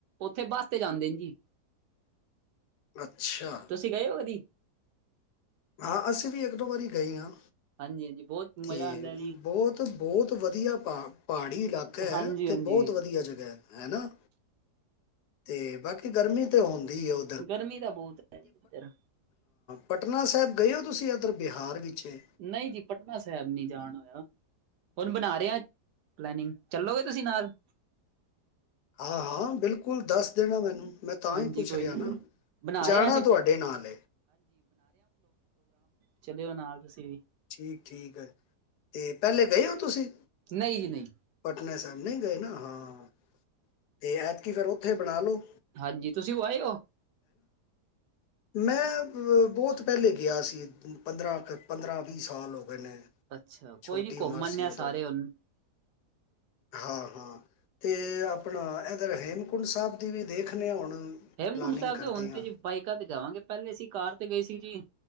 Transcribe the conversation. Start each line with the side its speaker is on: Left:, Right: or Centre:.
Right: ਉੱਥੇ ਬੱਸ ਤੇ ਜਾਂਦੇ ਨੇ ਜੀ
Left: ਅੱਛਾ
Right: ਤੁਸੀਂ ਗਏ ਹੋ ਉਹਦੀ
Left: ਹਾਂ ਅਸੀਂ ਵੀ ਇੱਕ ਦੋ ਵਾਰੀ ਗਏ ਹਾਂ
Right: ਹਾਂਜੀ ਹਾਂਜੀ ਬਹੁਤ
Left: ਤੇ
Right: ਮਜ਼ਾ ਆਉਂਦਾ ਜੀ
Left: ਬਹੁਤ ਬਹੁਤ ਵਧੀਆ ਪਹਾੜੀ ਇਲਾਕਾ ਹੈ
Right: ਹਾਂਜੀ
Left: ਅਤੇ
Right: ਹਾਂਜੀ
Left: ਬਹੁਤ ਵਧੀਆ ਜਗ੍ਹਾ ਹੈ ਹੈ ਨਾ ਤੇ ਬਾਕੀ ਗਰਮੀ ਤੇ ਹਣਦੀ <inaudible> <inaudible>
Right: ਗਰਮੀ ਦਾ ਬਹੁਤ ਹੈ ਜੀ ਉੱਧਰ
Left: ਪਟਨਾ ਸਾਹਿਬ ਗਏ ਹੋ ਤੁਸੀਂ ਇੱਧਰ ਬਿਹਾਰ ਵਿੱਚ ਹੈ
Right: ਨਹੀਂ ਜੀ ਪਟਨਾ ਸਾਹਿਬ ਨੀ ਜਾਣ ਹੋਇਆ ਹੁਣ ਬਣਾ ਰਿਹਾ ਪਲੈਨਿੰਗ ਚੱਲੋਗੇ ਤੁਸੀਂ ਨਾਲ
Left: ਹਾਂ ਹਾਂ ਬਿਲਕੁਲ ਦੱਸ ਦੇਣਾ ਮੈਨੂੰ ਮੈਂ ਤਾਂ
Right: ਹਾਂਜੀ
Left: ਹੀ ਪੁੱਛ
Right: ਕੋਈ
Left: ਰਿਹਾ
Right: ਨੀ
Left: ਨਾ
Right: ਬਣਾ
Left: ਜਾਣਾ
Right: ਰਹੇ ਹਾਂ ਅਸੀਂ
Left: ਤੁਹਾਡੇ ਨਾਲ
Right: ਚੱਲਿਓ ਨਾਲ ਤੁਸੀਂ ਤੇ
Left: ਠੀਕ ਠੀਕ ਹੈ ਤੇ ਪਹਿਲੇ ਗਏ ਹੋ ਤੁਸੀਂ
Right: ਨਹੀਂ ਹੀ ਨਹੀਂ
Left: ਆਪਣੇ ਸਾਹਿਬ ਨਹੀਂ ਗਏ ਨਾ ਹਾਂ ਤੇ ਐਤਕੀ ਫੇਰ ਉੱਥੇ ਬਣਾ ਲੋ
Right: ਹਾਂਜੀ ਤੁਸੀਂ ਆਏ ਹੋ
Left: ਮੈਂ ਬਹੁਤ ਪਹਿਲੇ ਗਿਆ ਸੀ ਪੰਦਰਾਂ ਪੰਦਰਾਂ ਅ ਸਾਲ ਹੋ ਗਏ ਨੇ
Right: ਅੱਛਾ ਕੋਈ
Left: ਛੋਟੀ
Right: ਨੀ
Left: ਉਮਰ
Right: ਘੁੰਮ ਆਦੇ
Left: ਸੀ
Right: ਆ
Left: ਉਦੋਂ
Right: ਸਾਰੇ ਉਹਨੂੰ
Left: ਹਾਂ ਹਾਂ ਅਤੇ ਆਪਣਾ ਇੱਧਰ ਹੇਮਕੁੰਡ ਸਾਹਿਬ ਦੀ ਵੀ ਦੇਖਦੇ ਹਾਂ ਹੁਣ
Right: ਹੇਮਕੁੰਟ
Left: ਪਲਾਨਿੰਗ
Right: ਸਾਹਿਬ
Left: ਕਰਦੇ
Right: ਦੇ ਹੁਣ ਤੇ
Left: ਹਾਂ
Right: ਜੀ ਬਾਈਕਾਂ ਤੇ ਜਾਵਾਂਗੇ ਪਹਿਲੇ ਅਸੀਂ ਕਾਰ ਗਏ ਸੀ ਜੀ